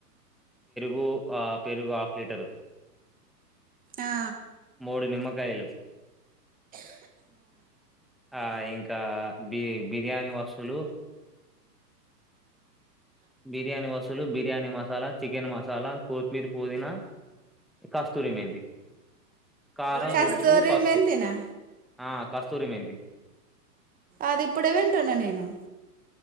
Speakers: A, in the centre; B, on the right (about 15°).
A: కో ఆ పెరుగు హాఫ్ లీటరు,
B: ఆ
A: మూడు నిమ్మకాయలు, ఆ ఇంకా బి బిర్యానీ వస్తులు, బిర్యానీ వసులు బిర్యాని మసాలా చికె మా సాలా కొత్తిమీర పోదన కాస్తూర ఏమైంది కారం
B: కస్తూరి
A: ఉప్పు పసుపు
B: మెంతినా
A: ఆ కస్తూరిమ ఏంటి
B: అది ఇప్పుడే వింటన్నా నేను